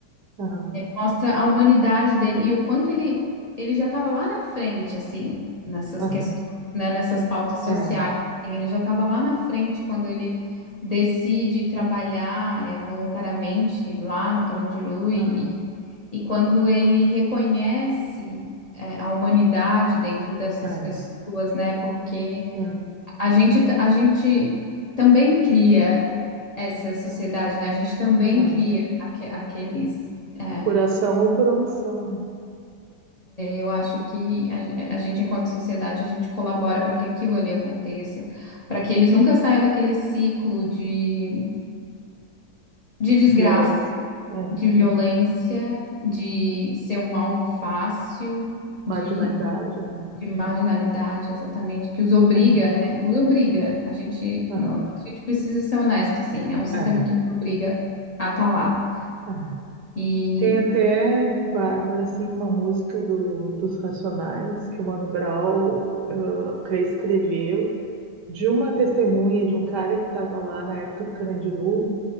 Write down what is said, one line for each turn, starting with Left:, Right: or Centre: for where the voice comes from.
Right: aham,
Left: mostra a humanidade dele e o quanto ele, ele já estava lá na frente, assim, nessas
Right: aham,
Left: questões, né, nessas pautas sociais.
Right: é,
Left: assim, ele já estava lá na frente quando ele decide trabalhar eh, voluntariamente lá no Carandiru e,
Right: aham,
Left: e quando ele reconhece eh, a humanidade dentro dessas
Right: é,
Left: pessoas, né? Porque
Right: aham,
Left: a gente, t- a gente também cria essa sociedade, né? A gente também
Right: é.
Left: cria aque- aqueles. eh,
Right: Por ação ou por omissão, né?
Left: Eu acho que a, a gente, enquanto sociedade, a gente colabora para que aquilo ali aconteça, para que eles nunca saiam daquele ciclo de, de desgraça,
Right: Violência, é.
Left: de violência, de ser um alvo fácil,
Right: Marginalidade,
Left: de,
Right: né?
Left: de marginalidade, exatamente, que os obriga,
Right: É,
Left: né? Os obriga. A gente,
Right: aham,
Left: não- a gente precisa ser honesto, assim, é um sistema
Right: é,
Left: que nos obriga a estar lá.
Right: é.
Left: E,
Right: Tem até, Bárbara, assim, uma música do, dos Racionais que o Mano Brown ah, reescreveu de uma testemunha de um cara que estava lá na época do Carandiru,